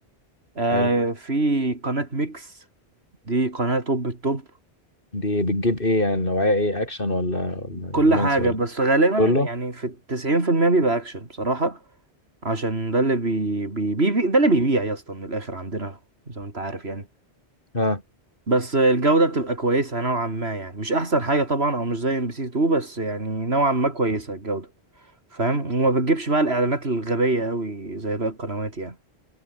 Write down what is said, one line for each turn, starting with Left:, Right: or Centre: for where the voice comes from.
Right: آه
Left: حلو
Right: في قناة ميكس دي قناة توب التوب
Left: دي بتجيب ايه يعني نوعيه ايه اكشن ولا ولا
Right: كل
Left: رومانسي
Right: حاجة
Left: ولا
Right: بس غالبا
Left: كله
Right: يعني في التسعين في المية بيبقى أكشن بصراحة عشان ده اللي بي بي بي بي- ده اللي بيبيع يا اسطى من الآخر عندنا زي ما أنت عارف يعني
Left: اه
Right: بس الجودة بتبقى كويسة نوعا ما يعني مش أحسن حاجة طبعا أو مش زي ام بي سي 2 بس يعني نوعا ما كويسة الجودة فاهم وما بتجيبش بقى الإعلانات الغبية أوي زي باقي القنوات يعني